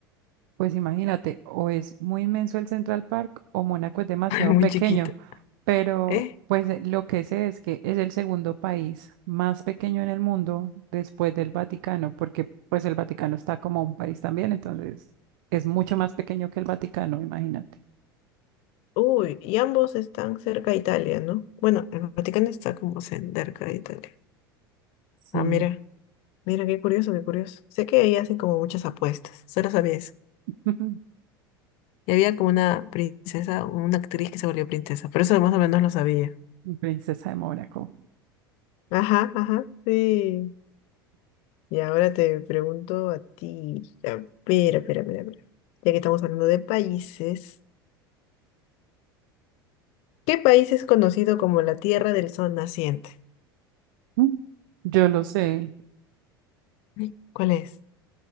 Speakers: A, on the right; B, on the left.
A: Pues imagínate, o es muy inmenso el Central Park o Mónaco es demasiado
B: <laughs> Muy
A: pequeño,
B: chiquito.
A: pero
B: ¿Eh?
A: pues eh, lo que sé es que es el segundo país más pequeño en el mundo después del Vaticano, porque pues el Vaticano está como un país también, entonces es mucho más pequeño que el Vaticano, imagínate.
B: Uy, y ambos están cerca de Italia, ¿no? Bueno, el Vaticano está como cerca de Italia.
A: Sí,
B: Ah, mira, mira, qué curioso, qué curioso. Sé que ahí hacen como muchas apuestas, solo sabía eso.
A: <laughs>
B: Y había como una princesa, una actriz que se volvió princesa, pero eso más o menos lo sabía.
A: princesa de Mónaco.
B: Ajá, ajá, sí. Y ahora te pregunto a ti. A ver, a ver, a ver, a ver. Ya que estamos hablando de países, ¿qué país es conocido como la Tierra del Sol Naciente?
A: Mm. Yo lo sé,
B: Ay, ¿Cuál es?